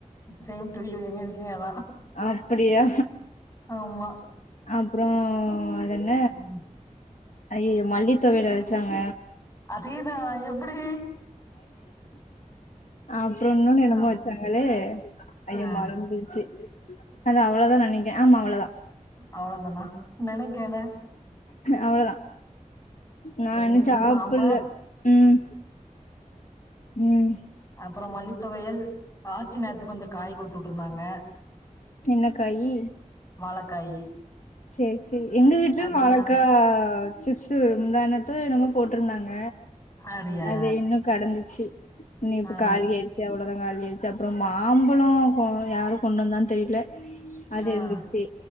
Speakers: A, on the left; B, on the left.
A: சேம் டு யு எங்க விட்டுளையு அதா
B: அப்டியா
A: ஆமா
B: அப்புறோ அதுன
A: ம்
B: ஐய மல்லித்தோவையல் அரச்சாங்க
A: அதேதா எப்டி
B: அப்ரோ இன்னோனு என்னமோ
A: ஆ
B: வச்சாங்களே ஐயோ
A: ஆ
B: மறந்துருச்சு அது அவ்வளோதா நாங்க இங்க ஆமா அவ்ளோதான்
A: அவ்ளோதான நனக்கேன
B: அவ்ளதான் நா
A: எங்க
B: இன்னு
A: வீட்ல
B: சாப்புல
A: சாம்பார்
B: உம் உம்
A: அப்புறம் மல்லித்துவையல் ஆட்சி நேரத்துக்கு கொஞ்சோ காய் குடுத்து விட்டுருந்தாங்க
B: என்னக்காயி
A: வாழக்காயி
B: செர் செர் எங்க வீடலயு
A: அது
B: வாழக்கா
A: நா
B: சிப்ஸ் முந்தானேத்தோ என்னமோ போட்டுருந்தாங்க
A: அப்டியா
B: அது இன்னு கடந்துச்சு இனியு இப்ப
A: ஆ
B: காலி ஆயிடுச்ச அவ்வளோதா ளிடிச்சு அப்ரோ மாம்பழம் கொ யாரு கொண்டு வந்தான்னு தெரில அது
A: ஆ
B: இருந்துச்சு